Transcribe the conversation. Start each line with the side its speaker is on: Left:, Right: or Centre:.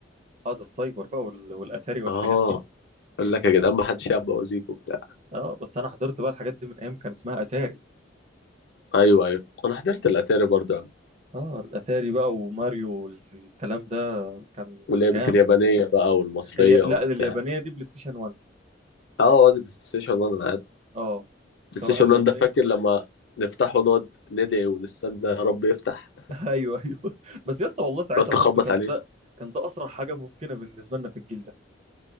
Right: اه ده السايبر بقى وال- والاتاري والحاجات
Left: اه
Right: دي
Left: اقول لك يا جدعان ما حدش يلعب بوازيك وبتاع
Right: اه بس انا حضرت بقى الحاجات دي من ايام كان اسمها اتاري
Left: ايوه ايوه انا حضرت الاتاري برضه يا عم
Right: اه الاتاري بقى وماريو والكلام ده كان
Left: ولعبة
Right: جامد
Left: اليابانيه بقى والمصريه
Right: الي... لا
Left: وبتاع
Right: اليابانيه دي بلاي ستيشن 1
Left: اه واد بلاي ستيشن 1 انا قاعد
Right: اه
Left: بلاي
Right: تروح
Left: ستيشن
Right: اليابانيه
Left: 1 ده فاكر لما نفتحه ونقعد ندعي ونستنى يا رب يفتح
Right: <laughs> ايوه ايوه بس يا اسطى والله ساعتها
Left: نقعد
Right: برضو
Left: نخبط
Right: كان
Left: عليه
Right: ده كان ده اسرع حاجه ممكنه بالنسبه لنا في الجيل ده